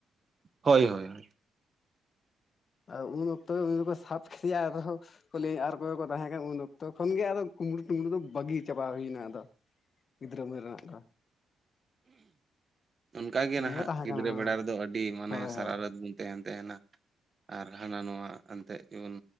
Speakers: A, on the right (about 35°); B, on the left (about 45°).
A: ᱦᱳᱭ ᱦᱳᱭ
B: ᱟᱨ ᱩᱱ ᱚᱠᱛᱚ ᱜᱮ ᱩᱱᱤ ᱫᱚᱠᱚ ᱥᱟᱵ ᱠᱮᱫᱮᱭᱟ ᱟᱨᱚᱸ ᱞᱟᱹᱭᱮ-ᱟ ᱟᱨ ᱚᱠᱚᱭ ᱠᱚ ᱠᱚ ᱛᱟᱦᱮᱸ ᱠᱟᱱᱟ ᱩᱱ ᱚᱠᱛᱚ ᱛᱚᱠᱷᱚᱱ ᱜᱮ ᱟᱫᱚ ᱠᱩᱢᱵᱽᱲᱩ ᱴᱩᱸᱢᱲᱩ ᱫᱚ ᱵᱟᱹᱜᱤ ᱪᱟᱵᱟ ᱦᱩᱭᱱᱟ ᱟᱫᱚ ᱜᱤᱫᱽᱨᱟᱹ ᱩᱢᱟᱮᱨ ᱨᱮᱱᱟᱜ ᱫᱚ
A: ᱚᱱᱠᱟ ᱜᱮ
B: ᱤᱱᱟᱹᱜᱮ
A: ᱱᱟᱦᱟᱜ
B: ᱛᱟᱦᱮᱸ
A: ᱜᱤᱫᱽᱨᱟᱹ
B: ᱠᱟᱱᱟ
A: ᱵᱮᱲᱟ ᱨᱮᱫᱚ ᱟᱹᱰᱤ ᱢᱟᱱᱮ
B: ᱦᱳᱭ
A: ᱥᱟᱨᱷᱟᱨᱟᱛ
B: ᱦᱳᱭ
A: ᱵᱤᱱ ᱛᱟᱦᱮᱱ ᱛᱟᱦᱮᱱᱟ ᱟᱨ ᱦᱟᱱᱟ ᱱᱚᱣᱟ ᱮᱱᱛᱮ ᱡᱮᱢᱚᱱ